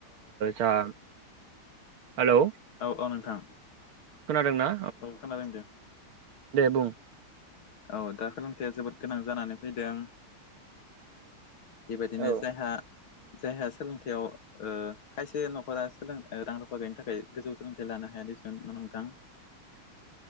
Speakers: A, on the right; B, on the left.
A: जा हेलौ!
B: औ औ नोंथां।
A: खोनादों ना?
B: औ खोनादों दे।
A: बुं
B: औ दा सोलोंथाया जोबोद गोनां जानानै फैदों। बेबायदिनो
A: औ
B: जायहा जायहा सोलोंथाययाव खायसे न'खरा सोलों रां रुफा गैयनि थाखाय गोजौ सोलोंथाइ लानो हाय नोंथां।